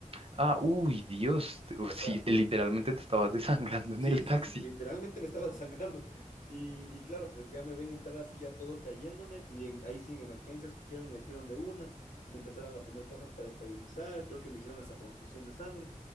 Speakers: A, on the right; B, on the left.
A: Ah, uy, Dios, te- oh,
B: O
A: sí,
B: sea,
A: te- literalmente te estabas <laughs> desangrando en
B: Sí,
A: el
B: sí,
A: taxi.
B: sí, literalmente me estaba <laughs> sangrando. Y, y claro, pues ya me ven entrar así ya todo cayéndome. Y en- ahí sí en emergencias cogieron y me metieron de una. Me empezaron a poner cosas para estabilizar. Creo que me hicieron hasta transfusión de sangre.